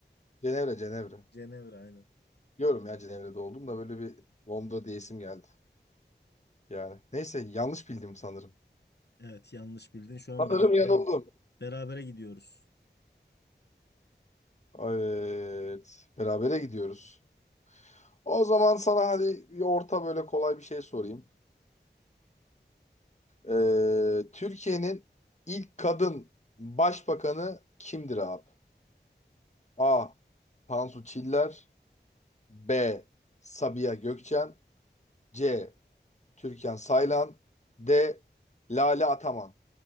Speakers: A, on the left (about 40°); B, on the left (about 65°).
A: Cenevre, Cenevre.
B: Cenevre aynen.
A: Diyorum ya Cenevre'de oldum da böyle bir Londra diye isim geldi. Yani neyse yanlış bildim sanırım.
B: Evet yanlış bildin. Şu an
A: Sanırım
B: beraber
A: yanıldım.
B: berabere gidiyoruz.
A: Evet. Berabere gidiyoruz. O zaman sana hadi bir orta böyle kolay bir şey sorayım. Ee, Türkiye'nin ilk kadın başbakanı kimdir abi? A. Tansu Çiller B. Sabiha Gökçen C. Türkan Saylan. D. Lale Ataman.